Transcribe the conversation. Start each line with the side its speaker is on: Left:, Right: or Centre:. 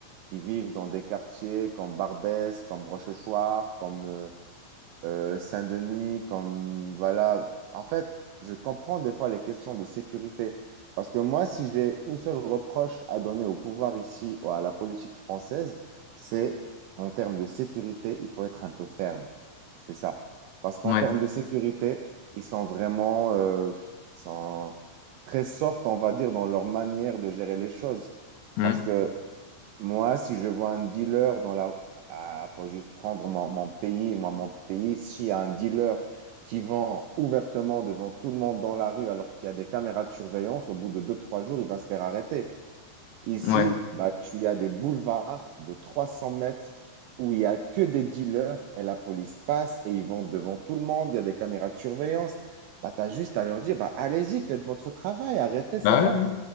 Right: qui vivent dans des quartiers comme Barbès, comme Rochechouart, comme euh, euh, Saint-Denis, comme voilà. En fait, je comprends des fois les questions de sécurité. Parce que moi, si j'ai une seule reproche à donner au pouvoir ici ou à la politique française, c'est en termes de sécurité, il faut être un peu ferme. C'est ça. Parce qu'en
Left: ouais
Right: termes de sécurité, ils sont vraiment euh, ils sont très soft, on va dire, dans leur manière de gérer les choses.
Left: hmm,
Right: Parce que moi, si je vois un dealer dans la... Ah, faut juste prendre mon, mon pays. Moi, mon pays, s'il y a un dealer qui vend ouvertement devant tout le monde dans la rue alors qu'il y a des caméras de surveillance, au bout de deux, trois jours, il va se faire arrêter. Ici,
Left: ouais
Right: bah, tu as des boulevards de 300 mètres où il n'y a que des dealers et la police passe et ils vont devant tout le monde, il y a des caméras de surveillance. Bah, tu as juste à leur dire, bah, allez-y, faites votre travail, arrêtez ces
Left: bah
Right: gens.
Left: ouais, ouais,